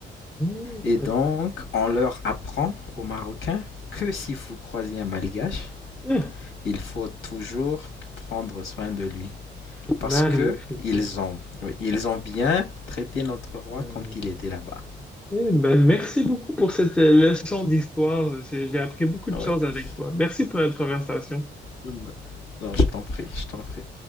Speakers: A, in the centre; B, on the left.
A: Hmm,
B: Et donc, on leur apprend aux Marocains que si vous croisez un Malgache,
A: Hmm,
B: il faut toujours prendre soin de lui. Parce
A: Magnifique.
B: que ils ont, oui, ils ont bien traité notre roi
A: Hmm.
B: quand il était là-bas.
A: Eh ben, merci beaucoup pour cette euh, leçon d'histoire. J'ai j'ai appris beaucoup
B: Oui.
A: de choses avec toi. Merci pour notre conversation.
B: Mm. Non, je t'en prie, je t'en prie.